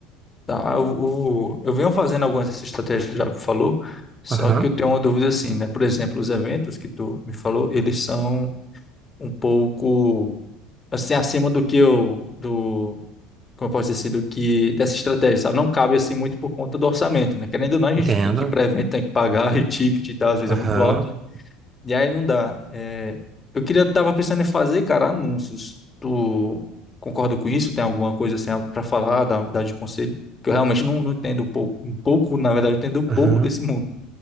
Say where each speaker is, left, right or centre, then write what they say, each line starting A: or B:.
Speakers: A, on the left; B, on the right.
A: Tá, eu, eu, eu venho fazendo algumas dessas estratégias que tu já falou, só
B: Aham,
A: que eu tenho uma dúvida assim, né? Por exemplo, os eventos que tu me falou, eles são um pouco assim acima do que eu do como eu posso dizer, assim, do que dessa estratégia, sabe? Não cabe assim muito por conta do orçamento, né? Querendo ou não, a gente
B: entendo.
A: tem que ir para evento, tem que pagar <laughs> e ticket e tal, às vezes
B: Aham,
A: é muito alto, né? E aí não dá. É, eu queria, tava pensando em fazer, cara, anúncios. Tu concorda com isso? Tem alguma coisa assim para falar, dar, dar de conselho? Que eu realmente não, não entendo um pouco, um pouco, na verdade, eu entendo um
B: aham.
A: pouco desse mundo.